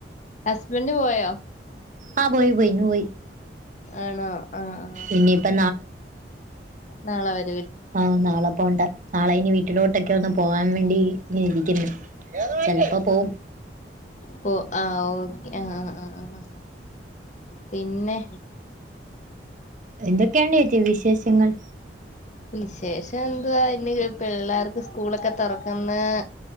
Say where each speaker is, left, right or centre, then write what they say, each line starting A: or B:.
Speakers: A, on the left; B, on the right.
A: ഹസ്ബൻഡ് പോയോ?
B: ആ പോയിപോയി ന് വോയി.
A: ആണോ ആഹ ആ
B: ഇനിയിപ്പോ
A: നാളെ വരെ
B: ആഹ് നാളെ പോകണ്ട നാളെ ഇനി വീട്ടിലോട്ടൊക്കെ വന്ന് പോകാൻ വേണ്ടി ഇ ഇരിക്ണ് ചെലപ്പ പോവും
A: ഭാ ആഹ് ഓക്കെ ആഹ് ആഹ് ആ പിന്നെ
B: എന്തൊക്കെയുണ്ട് ഏച്ചി വിശേഷങ്ങൾ?
A: വിശേഷം എന്തുവാ ഇന്ന് ഈ പിള്ളേർക്ക് സ്കൂളൊക്കെ തുറക്ക്ന്ന്